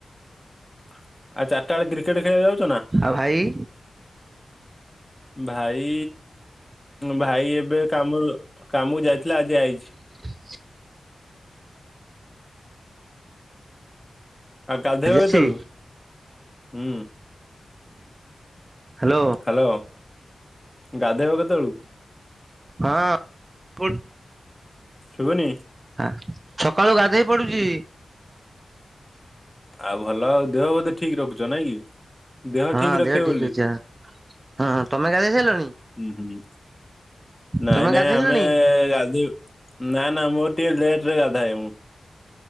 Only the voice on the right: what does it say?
ଆଉ ଭାଇ?
ହ
ଆଜି
ଆସିଛି
ହାଲୋ।
ହଁ <unintelligible>
<unintelligible> ସକାଳୁ ଗାଧେଇ ପଡୁଚି।
ହଁ
ଅଛି ଆ ହଁ ତମେ ଗାଧେଇ ସାରିଲଣି
ତମେ
ଗାଧେଇଲଣି